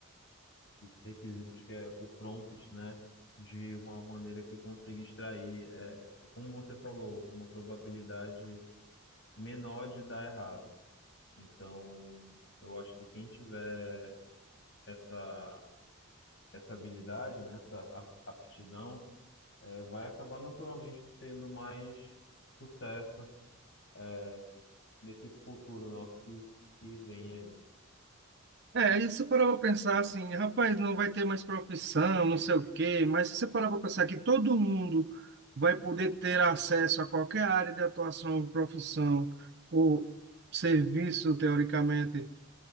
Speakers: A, on the left; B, on the right.
A: os requisitos que é o prompt, né? De uma maneira que consiga extrair, é, como você falou, uma probabilidade menor de dar errado. Então, eu acho que quem tiver essa, essa habilidade, né, essa a- aptidão, é, vai acabar naturalmente tendo mais sucesso, é, nesse futuro nosso que, que vem aí.
B: É, aí você parava para pensar assim, rapaz, não vai ter mais profissão, não sei o quê, mas se você parar para pensar que todo mundo vai poder ter acesso a qualquer área de atuação, profissão ou serviço, teoricamente,